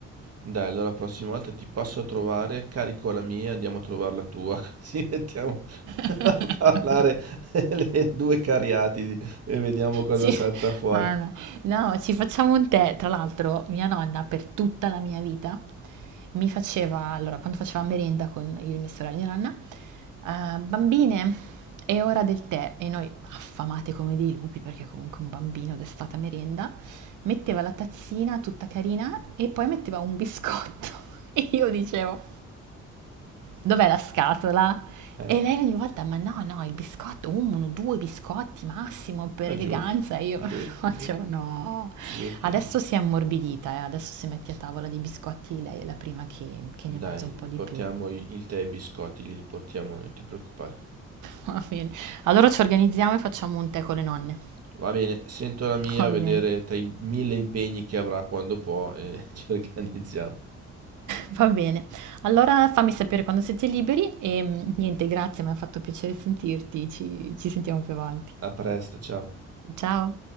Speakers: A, on the right; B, on the right.
A: Dai, allora la prossima volta ti passo a trovare, carico la mia, andiamo a trovare la tua, <laughs> così mettiamo <laughs>
B: <laughs>
A: a parlare <laughs> le due cariatidi e vediamo cosa
B: Ci-
A: salta fuori.
B: ah, no. No, ci facciamo un tè. Tra l'altro, mia nonna per tutta la mia vita mi faceva, allora, quando faceva merenda con io e mia sorella e mia nonna, "Ah, bambine, è ora del tè. E noi, affamate come dei lupi, perché comunque un bambino d'estate a merenda, metteva la tazzina tutta carina e poi metteva un biscotto. <laughs> E io dicevo... Dov'è la scatola?
A: Eh,
B: E lei ogni volta, ma no, no, il biscotto, uno, due biscotti massimo per
A: ah,
B: eleganza.
A: giusto,
B: E io
A: giusto,
B: <laughs> facevo
A: giusto,
B: no.
A: giusto,
B: Adesso
A: giusto.
B: si è ammorbidita, eh, adesso si mette a tavola dei biscotti, lei è la prima che, che ne mangia
A: Dai,
B: un
A: gli
B: po' di
A: portiamo
B: più. <laughs>
A: i- il tè e i biscotti, glieli portiamo, noi, non ti preoccupare.
B: Va bene. Allora ci organizziamo e facciamo un tè con le nonne.
A: Va bene, sento la mia,
B: <laughs> Va
A: a vedere
B: bene.
A: tra i mille impegni che avrà quando può e <laughs> ci organizziamo.
B: Va bene. Allora fammi sapere quando siete liberi e mm, niente, grazie, mi ha fatto piacere sentirti. Ci, ci sentiamo più avanti.
A: A presto, ciao.
B: Ciao.